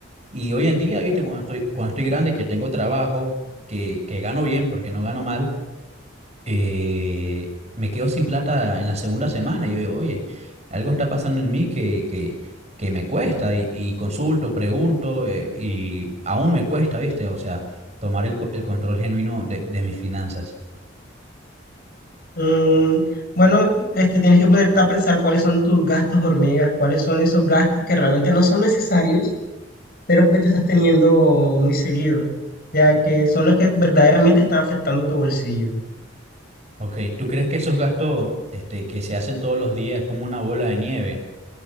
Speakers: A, on the right; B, on the left.
A: Y hoy en día, viste, cuando estoy, cuando estoy grande, que tengo trabajo, que, que gano bien porque no gano mal eh, me quedo sin plata en la segunda semana. Y yo digo, oye, algo está pasando en mí que, que, que me cuesta y, y consulto, pregunto eh, y aún me cuesta, ¿viste? O sea, tomar el, co- el control genuino de, de mis finanzas.
B: Mm, bueno, este, tienes que ponerte a pensar cuáles son tus gastos hormigas, cuáles son esos gastos que realmente no son necesarios, pero que tú estás teniendo muy seguido, ya que son los que verdaderamente están afectando tu bolsillo.
A: Ok, ¿tú crees que esos gastos este, que se hacen todos los días es como una bola de nieve?